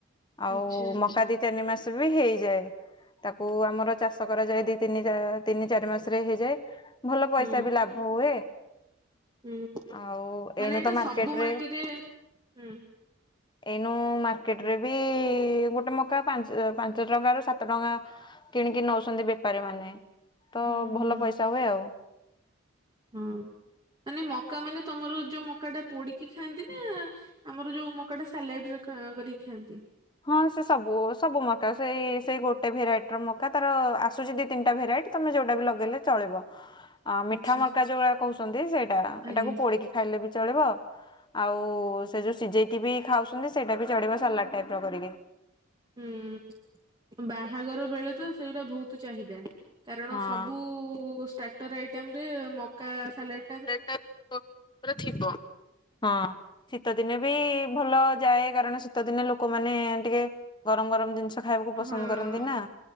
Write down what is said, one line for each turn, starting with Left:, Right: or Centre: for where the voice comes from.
Left: ଆଉ
Right: ଆଚ୍ଛା
Left: ମକା ଦିତିନି ମାସ ରେବି ହେଇଯାଏ। ତାକୁ ଆମର ଚାଷ କରାଯାଏ ଦିଇ ତିନି ଯା ତିନି ଚାରି ମାସରେ ହେଇଯାଏ। ଭଲ ପଇସାବି
Right: ହୁଁ।
Left: ଲାଭ ହୁଏ।
Right: ହୁଁ
Left: ଆଉ
Right: ମାନେ
Left: ଏଇନେତ
Right: ଏଇଟା
Left: ମାର୍କେଟ
Right: ସବୁ
Left: ରେ
Right: ମାଟିରେ ହୁଁ
Left: ଏଇନୁ ମାର୍କେଟରେବି ଗୋଟେ ମକା ପାଞ୍ଚ ପାଞ୍ଚ ଟଙ୍କାରୁ ସାତ ଟଙ୍କା କିଣିକି ନଉଛନ୍ତି ବେପାରୀ ମାନେ ତଭଲ
Right: ହୁଁ ହୁଁ
Left: ପଇସା ହୁଏ ଆଉ।
Right: ହଁ, ମାନେ ମକା ମାନେ ତମର ଯୋଉ ମ ମକାଟା ପୋଡ଼ିକି ଖାଆନ୍ତିନା ଆମର ଯୋଉ ମକାଟା ସାଲାଡ଼େରେ କରିକି ଖାଆନ୍ତି?
Left: ହଁ ସେ ସବୁ ସବୁ ମକା ସେଇ ସେଇ ଗୋଟେ ଭେରାଇଟିର ମକା ତାର ଆସୁଚି ଦିତିନିଟା ଭେରାଇଟି ତମେ ଯୋଉଟାବି ଲଗେଇଲେ ଚଳିବ, ଆମିଠା
Right: ଆଚ୍ଛା
Left: ମକା ଯୋଉରା କହୁଛନ୍ତି ସେଇଟା
Right: ଆଜ୍ଞା
Left: ଏଇଟାକୁ ପୋଡ଼ିକି ଖାଇଲେବି ଚଳିବ ଆଉ ସେଯୋଉ ସିଝେଇକିବି ଖାଉଛନ୍ତି ସେଇଟାବି ଚଳିବ ସାଲାଡ଼ ଟାଇପର କରିକି
Right: ହୁଁ, ବାହାଘର ବେଳେତ ସେଉରା ବହୁତ୍ ଚାହିଦା। କାରଣ
Left: ହଁ।
Right: ସବୁ ଷ୍ଟାର୍ଟର ଆଇଟମରେ ମକା ସାଲାଡ଼
Left: ସାଲାଡ଼େଟା ପୁରା ଥିବ। ହଁ ଶୀତ ଦିନେବି ଭଲ ଯାଏ କାରଣ ଶୀତ ଦିନେ ଲୋକମାନେ ଟିକେ ଗରମ ଗରମ ଜିନିଷ ଖାଇବାକୁ ପସନ୍ଦ
Right: ହଁ।
Left: କରନ୍ତିନା?